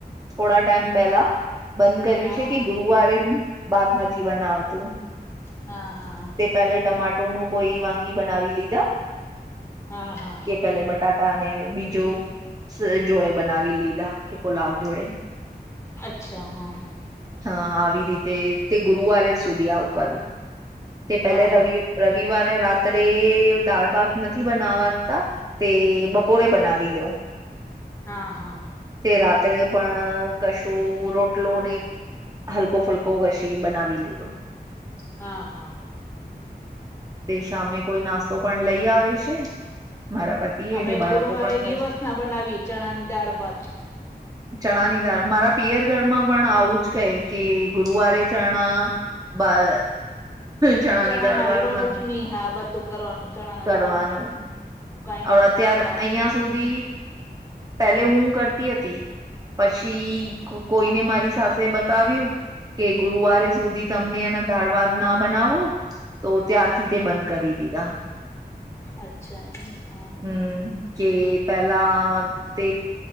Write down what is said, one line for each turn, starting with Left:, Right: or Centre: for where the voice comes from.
Right: થોડા ટાઈમ પેલા બંધ કર્યું
Left: હા
Right: છે કે
Left: હા
Right: ગુરુવારે બાત નથી બનાવતું
Left: હા હા
Right: કાલે ટમાટો નું કોઈ વાગી બનાવી લીધા
Left: હા હા
Right: કે પેલે બટા ટાને બીજો જોડે બનાવી લીધા કે પુલાવ જોડે
Left: અચ્છા હા હા
Right: હા આવી રીતે તે ગુરુવારે સુધી આવું કરું તે
Left: હા
Right: પેલે રવિ
Left: હા હા
Right: રવિવારે રાત્રે દાળ ભાત નથી બનાવાતા તે બપોરે બનાવી લઉ
Left: હા હા
Right: તે રાત્રે પણ કશું રોટલો ને હલકો ફુલ કોવસી બનાવી લીધો
Left: હા હા
Right: તે સામે કોઈ નાસ્તો પણ લઈ આવે છે મારા પતિ
Left: અમે
Right: એ તે બાળકો
Left: ગુરુવારે
Right: પણ ખાય
Left: દિવસ
Right: છે
Left: ના બનાવીએ ચણા ની દાળ ભાત
Right: ચણાનીદાળ મારા પિયરઘરમાં પણ આવું જ કહે કે ગુરુવારે ચણા બા ચણાની
Left: ચણા
Right: દાળ
Left: ના
Right: વાળ
Left: લોટ
Right: બંધ
Left: ની હા બધું કરવાનું ચણા ના
Right: કરવાનું
Left: લોટ નું કાઈન્ડ
Right: અત્યાર
Left: દાળ
Right: અહીંયા
Left: ચણા
Right: સુધી પેલે હું કરતી હતી પછી કોઈને
Left: હા
Right: મારી સાથે બતાવ્યું કે ગુરુવારે સુધી તમને એના દાળ ભાત ના બનાવો તો ત્યારથી તે બંધ કરી દીધા
Left: અચ્છા એમ હા
Right: હમ કે પેલા તે